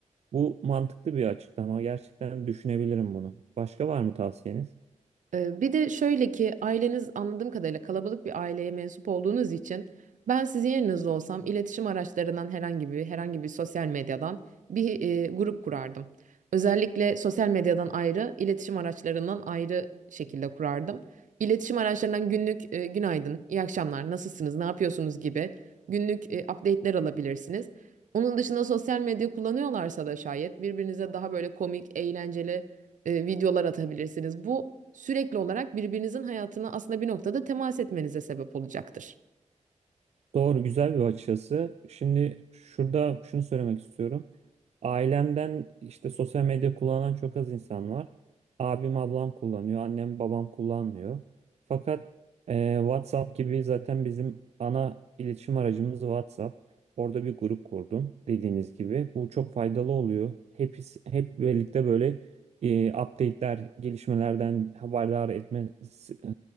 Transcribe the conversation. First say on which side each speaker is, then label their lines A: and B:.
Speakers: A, on the right; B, on the right.
A: Bu mantıklı bir açıklama. Gerçekten düşünebilirim bunu. Başka var mı tavsiyeniz?
B: Ee, Bir de şöyle ki aileniz anladığım kadarıyla kalabalık bir aileye mensup olduğunuz için ben sizin yerinizde olsam iletişim araçlarından herhangi bir herhangi bir sosyal medyadan bir e, grup kurardım. Özellikle sosyal medyadan ayrı, iletişim araçlarından ayrı şekilde kurardım. İletişim araçlarından günlük e, günaydın, iyi akşamlar, nasılsınız, ne yapıyorsunuz gibi günlük e, update'ler alabilirsiniz. Onun dışında sosyal medya kullanıyorlarsa da şayet birbirinize daha böyle komik, eğlenceli e, videolar atabilirsiniz. Bu sürekli olarak birbirinizin hayatına aslında bir noktada temas etmenize sebep olacaktır.
A: Doğru, güzel bir bakış açısı. Şimdi şurada şunu söylemek istiyorum. Ailemden işte sosyal medya kullanan çok az insan var. Abim, ablam kullanıyor, annem, babam kullanmıyor. Fakat e, WhatsApp gibi zaten bizim ana iletişim aracımız WhatsApp. Orada bir grup kurdum dediğiniz gibi. Bu çok faydalı oluyor. Hep, hep birlikte böyle e, update'ler, gelişmelerden haberdar etme e,